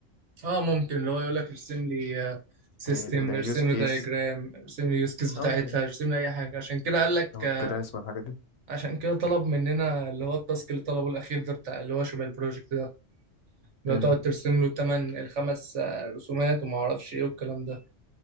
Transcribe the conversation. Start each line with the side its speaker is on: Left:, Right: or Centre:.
Right: اه ممكن اللي هو يقول لك ارسم لي سيستم
Left: اليوز
Right: ارسم
Left: كيس
Right: لي دايجرام ارسم لي يوز كيس بتاعتها
Left: اه يا-
Right: ارسم لي اي حاجه عشان كده قال لك
Left: اه
Right: آه،
Left: الكلاس والحاجات دي
Right: عشان كده طلب مننا اللي هو التاسك اللي طلبه الاخير ده بتاع اللي هو شبه البروجكت ده اللي
Left: امم
Right: هو تقعد ترسم له تمن الخمس آه، رسومات وما اعرفش ايه والكلام ده